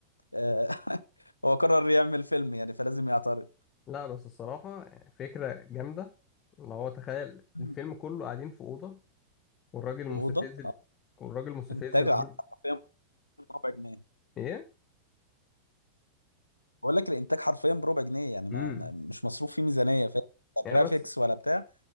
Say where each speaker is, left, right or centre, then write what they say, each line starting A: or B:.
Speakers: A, on the left; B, on the left.
A: آه، <laughs> هو قرر يعمل فيلم يعني فلازم يعترض
B: لا بس الصراحة فكرة جامدة اللي هو تخيل
A: مم.
B: الفيلم كله قاعدين في أوضة والراجل المستفز
A: في أوضة
B: ال- والراجل المستفز
A: انتاج
B: اللي
A: حرفيا
B: عمل
A: بربع جنيه
B: ايه
A: بقول لك الانتاج حرفيا بربع جنيه يعني ما
B: امم
A: ما- مش مصروف فيه ميزانيه فاهم لا
B: يعني
A: جرافيكس
B: بس
A: ولا بتاع